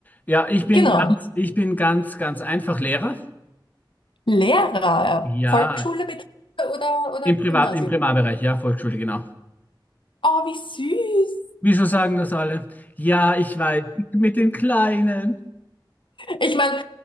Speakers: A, on the left; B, on the left.
A: Ja, ich bin
B: Genau.
A: ganz, ich bin ganz, ganz einfach Lehrer.
B: Lehrer,
A: Ja,
B: Volksschule, Mittelschule oder, oder
A: im Privat,
B: Gymnasium.
A: im Primarbereich, ja, Volksschule, genau.
B: Oh, wie süß.
A: Wieso sagen das alle? Ja, ich weiß, mit den Kleinen.
B: Ich meine,